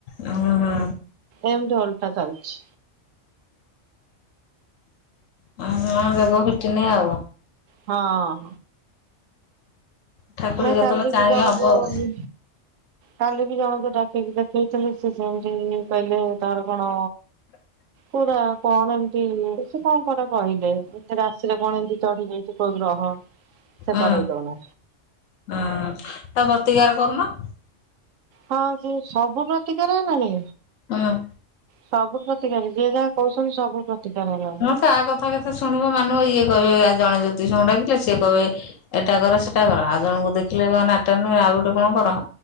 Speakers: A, on the left; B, on the right.
A: ହୁଁ ହୁଁ
B: ଏମିତି ଓଲଟା ଚାଲୁଛି।
A: ହ ବଗ ଫିଟିନି ଆଉ।
B: ହଁ
A: ଠାକୁର
B: ନାଇଁ
A: ଯେତେବେଳେ
B: ଖାଲି
A: ଚାହିଁବେ
B: ବିି ଜଣ
A: ହବ
B: କୁ
A: ଆଉ
B: ନି କାଲି ବି, ଜଣକୁ ଡାକି କି ଦେଖେଇଥିଲି। ସେ ଯେମିତି କହିଲେ ତାର କଣ
A: ହ <unintelligible>
B: ପୁରା କଣ ଏମିତି ସେ କଣ କଟା କହିଲେ। ତ ରାଶିରେ କଣ ଏମିତି ଚଢି ଯାଇଛି କୋଉ ଗ୍ରହ ସେ
A: ହଁ
B: କରେଇ ଦଉନା
A: ହଁ ତାର ପ୍ରତିକାର କରୁନ?
B: ହଁ ସେ ସବୁ ପ୍ରତିକାର ହେଲାଣି!
A: ହଁ
B: ସବୁ ପ୍ରତିକାର ହେଲାଣି। ଯିଏ ଯାହା କହୁଛନ୍ତି ସବୁ ପ୍ରତିକାର ହେଲାଣି।
A: କା କଥା କେତେ ଶୁଣିବ, ମାନିବ ଇଏ କହିବ ଆଉ ଜଣ ଜ୍ୟୋତିଷୁଙ୍କୁ ଡାକିଥିଲେ ସିଏ କହିବେ ଏଟା କର, ସେଟା କର, ଆଉ ଜଣଙ୍କୁ ଦେଖିଲେ କ ନାଟା ନୁହେଁ ଆଉ ଗୋଟେ କଣ କର